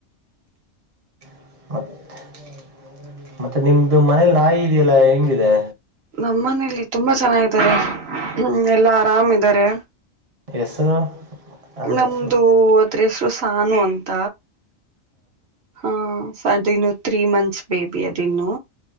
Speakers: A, on the right (about 40°); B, on the right (about 55°).
A: <unintelligible> ಮತ್ತೆ ನಿಮ್ದು ಮನೇಲಿ ನಾಯಿ ಇದೆಯಲ್ಲಾ ಹೆಂಗಿದೆ
B: ನಮ್ಮ ಮನೇಲಿ ತುಂಬಾ ಚೆನ್ನ ಇದಾರೆ ಹ್ಮ್ ಎಲ್ಲಾ ಆರಾಮ್ ಇದಾರೆ
A: ಹೆಸರು ಅದ್ರ
B: ನಮ್ದು
A: ಹೆಸರು
B: ಅದ್ರ ಹೆಸರು ಸಾನು ಅಂತ ಹಾ ಸರ್ ಅದನ್ನು ತ್ರೀ ಮಂತ್ಸ್ ಬೇಬಿ ಅದಿನ್ನು